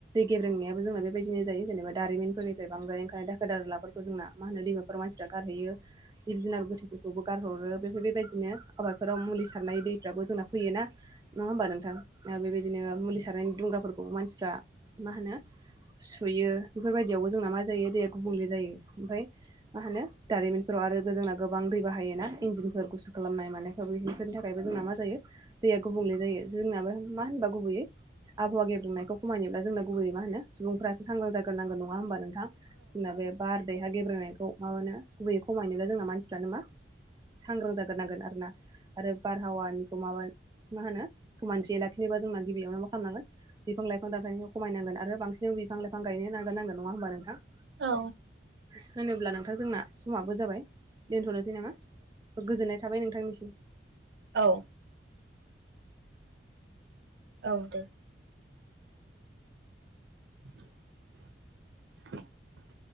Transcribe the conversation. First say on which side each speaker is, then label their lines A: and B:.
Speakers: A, on the right (about 20°); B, on the right (about 70°).
A: गब्रेंनायाबो जोंना बेबायदिनो जायो जेनेबाारिमिननिफ्रायांद्राय ओंखारनाय दाखो दारलाफोरखौ जोंना मा होनो दैमा मानसिफ्रा गारहैयो जिब जुनार गोथै बेखौबो गारहरो बेमफ्राय बेबायदिनो आबादफोराव मुलि सारनाय दैफ्राबो जोंना फैयोना नङा होमबा नोंथां बेबायदिनो मुलि सारनायनि दुंग्राफोरखौ मानसिफ्रा मा होनो सुयो बेफोरबायदियावबो जोंना मा जायो दैया गुबुंले जायो ओमफाय मा होनो दारिमिनफोराव आरो गो जोंना गोबां दै बाहायोना इन्जनफोर गुसु खालामनाय माने मफोरनि थाखायबो जोंना मा जायो। दैया गुबुंले जायो जोंनाबो मा होनबा गुबैयै आबहावा गेब्रुंनायखौ खमायनोब्ला जोंना गुबैयै मा होनो सुबुंफ्रासो सांग्रां जाग्रोनांगोन नङा होनोमबा नोंथां जोंना बे बाारदैहा गेब्रेनायखौ माबानो गुबैयै खमायनोल जोंना मानसिफ्रानो मा सांग्रां जाग्रोनांगोन आरोना। आरो बारहावानिखौ माबा मा होनो समान ज लाखिनोबा जोंना गिबियावनो मा खालामनांगोन बिफां लाइफां दथायनायखौ खमायनांगोन आरो बांसिन बिफां लाफां गायनो नाजारानांगोन नङा होमबा नोंथां?
B: औ।
A: होनोब्ला नोंथां जोंना समाबो जाबाय दोनथ'नोसै नामा? गोजोन्नाय थाबाय नोंथांनिसिम।
B: औ। औ दे। <inaudible>